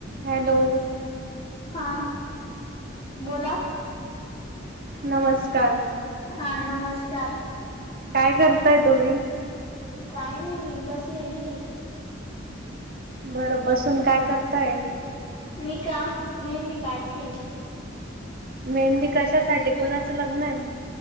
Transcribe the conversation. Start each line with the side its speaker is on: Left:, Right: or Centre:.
Right: Hello.
Left: हां बोला.
Right: नमस्कार.
Left: हा नमस्कार.
Right: काय करताय तुम्ही?
Left: काय नाही मी बसलेली.
Right: बरं, बसून काय करताय?
Left: मी का मेहंदी काढती.
Right: मेहंदी कशासाठी कोणाचं लग्न आहे?